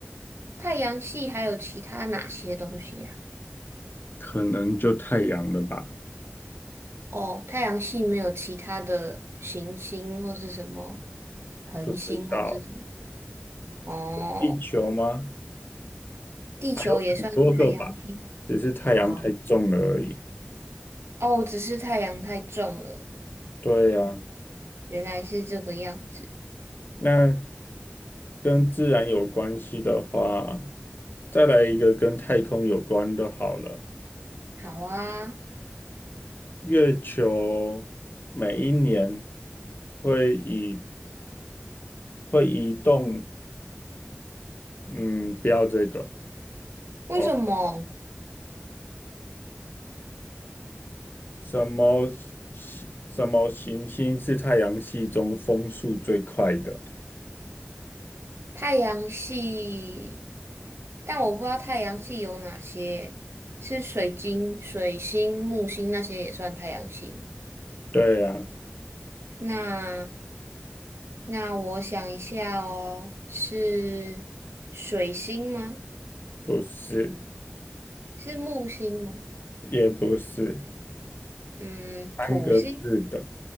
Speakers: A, on the right; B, on the left.
A: 太阳系还有其他哪些东西呀、
B: 可能就太阳了吧？
A: 哦，太阳系没有其他的行星或是什么恒星或是什么。
B: 不知道，
A: 哦，
B: 地球吗？
A: 地球也算是太阳系
B: 还有很多个吧，只是太阳太重了而已。
A: 哦。哦，只是太阳太重了，
B: 对呀、
A: 原来是这个样子。
B: 那跟自然有关系的话，再来一个跟太空有关的好了。
A: 好啊，
B: 月球每一年会移会移动，嗯，不要这个。
A: 为什么？
B: 我什么系什么行星是太阳系中风速最快的？
A: 太阳系，但我不知道太阳系有哪些，是水晶、水星、木星那些也算太阳系吗
B: 对啊，
A: 那那我想一下哦，是水星吗？
B: 不是，
A: 是木星吗？
B: 也不是，
A: 嗯，
B: 三个字的，
A: 土星，